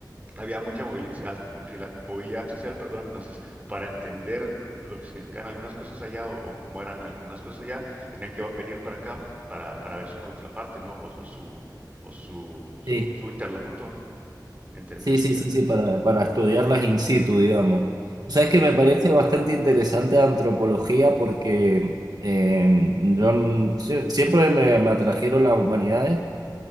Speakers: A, on the right; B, on the right.
A: había mucha movilidad, movila- movilidad social, perdón, entonces para entender lo que significaban algunas cosas allá o, o cómo eran algunas cosas allá, tenían que venir para acá para, para ver su contraparte, ¿no? O, o su, o su, su,
B: Sí.
A: su interlocutor en términos
B: Sí,
A: sociales.
B: sí, sí, sí, para, para estudiarlas in situ, digamos. O sea,
A: Así
B: es que
A: es.
B: me parece bastante interesante antropología porque eh, yo n- sie- siempre me, me atrajeron las humanidades,